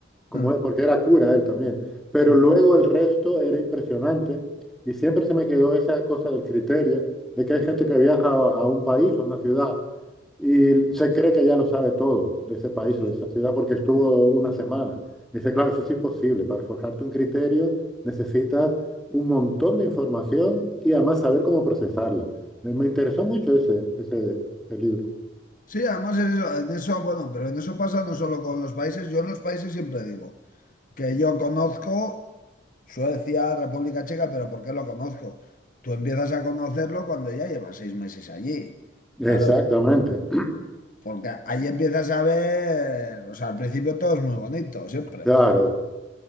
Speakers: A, in the centre; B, on the left (about 45°).
A: como,
B: Mm,
A: e- porque era cura él también, pero
B: Sí,
A: luego el resto era impresionante y siempre se me quedó esa cosa del criterio de que hay gente que viaja a, a un país o una ciudad y se cree que ya lo sabe todo de ese país
B: sí.
A: o de esa ciudad porque estuvo una semana. Dice, claro, eso es imposible. Para forjarte un criterio necesitas un montón de información y además saber cómo procesarla. Me, me interesó mucho ese, ese, ese libro.
B: Sí, además es eso, en eso, bueno, pero en eso pasa no solo con los países, yo en los países siempre digo que yo conozco Suecia, República Checa, pero ¿por qué lo conozco? Tú empiezas a conocerlo cuando ya llevas seis meses allí, claro,
A: Exactamente,
B: porque ahí empiezas a ver, o sea, al principio todo es muy bonito, siempre.
A: <clears throat> claro,